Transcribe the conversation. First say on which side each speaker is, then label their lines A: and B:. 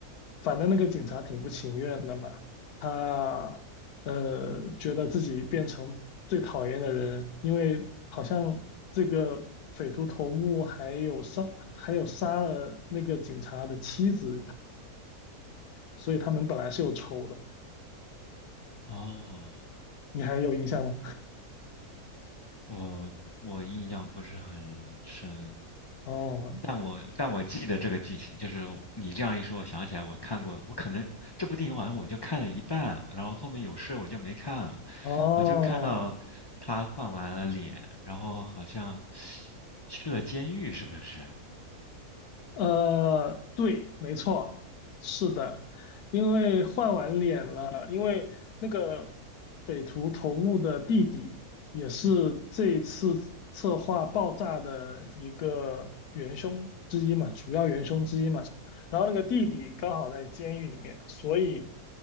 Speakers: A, on the left; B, on the left.
A: 反正那个警察挺不情愿的嘛，他呃觉得自己变成最讨厌的人，因为好像这个匪徒头目还有杀还有杀了那个警察的妻子，所以他们本来是有仇的，
B: 哦
A: 你还有印象吗？<laughs>
B: 我我印象不是很深，
A: 哦
B: 但我但我记得这个剧情，就是你这样一说，我想起来我看过，我可能这部电影好像我就看了一半，然后后面有事我就没看了，
A: 哦
B: 我就看到他换完了脸，然后好像去了监狱，是不是？
A: 呃，对，没错，是的，因为换完脸了，因为那个匪徒头目的弟弟也是这次策划爆炸的一个元凶之一嘛，主要元凶之一嘛。然后那个弟弟刚好在监狱里面，所以